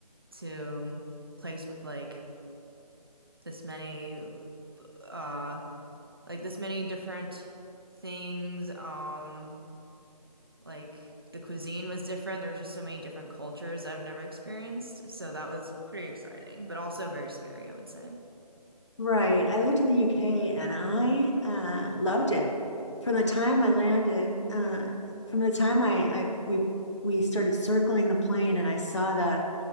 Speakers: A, on the right; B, on the left.
A: to a place with like this many uh like this many different things. Um like the cuisine was different. There was just so many different cultures I've never experienced. So that was pretty exciting, but also very scary, I would say.
B: Right. I lived in the UK and I uh, loved it. From the time I landed, uh, from the time I, I we we started circling the plane and I saw the